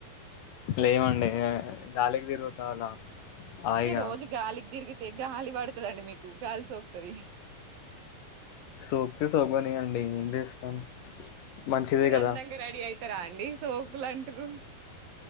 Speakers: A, on the left; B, on the right.
A: లేవు అండి దాలకి తిరుగుతా అలా హాయిగా
B: ఇగ రోజు గాలికి తిరిగితే గాలి పడుతదండి మీకు గాలి సోకుతది
A: సోకుతే సోకనీయండి ఏం చేస్తాం మంచిదే
B: మీరు
A: కదా
B: అందంగా రెడీ అయితారా అండి సోకులు అంటుర్రు